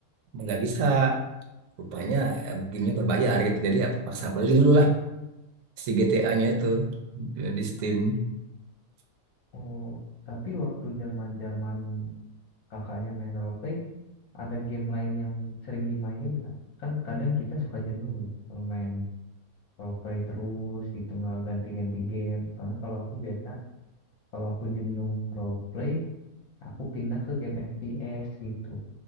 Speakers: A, on the right; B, on the left.
A: nggak bisa rupanya ya, begini berbayar gitu jadi ya paksa beli dulu lah si GTA-nya itu di Steam
B: Oh, tapi waktu zaman-zaman kakaknya main role play, ada game lain yang sering dimainin nggak? Kan kadang kita suka jenuh ya kalau main role play terus gitu nggak ganti-ganti game. Karena kalau aku biasa kalau aku jenuh role play, aku pindah ke game FPS gitu.